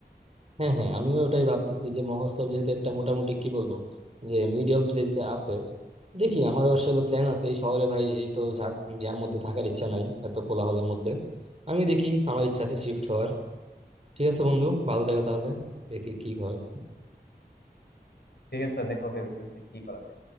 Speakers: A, on the right; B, on the left.
A: হ্যাঁ হ্যাঁ আমিও ওটাই ভাবতেছি যে মফস্বল যেহেতু একটা মোটামুটি কি বলবো যে মিডিয়াল প্লেসে আছে দেখি আমার আসলে প্ল্যান আছে এই শহরে ভাই এই তো ঝাড় ইয়ার মধ্যে থাকার ইচ্ছা নাই এত কোলাহলের মধ্যে আমি দেখি আমার ইচ্ছা আছে শিফট হওয়ার ঠিক আছে বন্ধু ভালো থাকো তাহলে দেখি কি হয়
B: ঠিক আছে দেখো ভেবেচিন্তে কি করা যায়